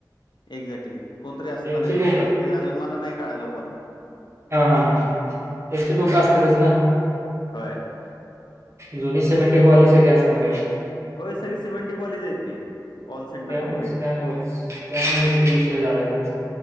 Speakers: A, on the left; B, on the right.
A: एक्झॅक्टली कोणतरी असणार
B: त्यांची
A: आहे तिथं
B: लोकं
A: ते अजून मला नाही कळायला कोण
B: हा हा हा त्यांची
A: हं.
B: लोक असत्यातच ना.
A: होय.
B: जुनी सिमेंटिकवाली सगळी असणार आहेत
A: हो सगळी सिमेंटीकवालीचं आहेत ती कॉल सेंटर
B: त्यामुळेच
A: कंप्लीट.
B: त्यामुळेच त्यामुळेच ते विषय झालाय त्यांचा